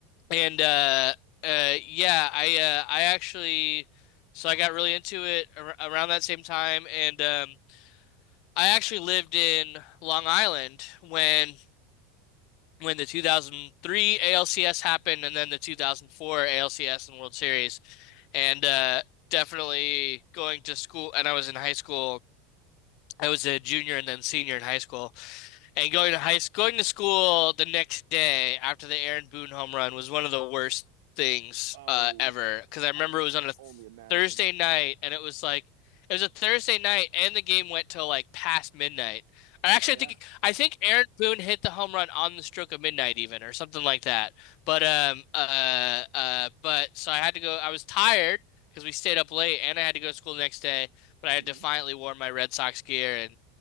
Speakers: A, on the left (about 45°); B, on the right (about 75°).
A: and uh, uh, yeah, I uh, I actually so I got really into it ar around that same time, and um, I actually lived in Long Island when when the 2003 ALCS happened, and then the 2004 ALCS and World Series, and uh, definitely going to school, and I was in high school. I was a junior and then senior in high school. And going to high school, going to school the next day after the Aaron Boone home run was one of the worst things
B: Oh,
A: uh, ever. Because I remember
B: I can
A: it was on a
B: only imagine.
A: Thursday night, and it was like it was a Thursday night, and the game went till like past midnight. I actually
B: Oh, yeah.
A: think I think Aaron Boone hit the home run on the stroke of midnight, even or something like that. But um uh uh but so I had to go. I was tired because we stayed up late, and I had to go to school the next day. But I
B: Mhm.
A: had defiantly wore my Red Sox gear and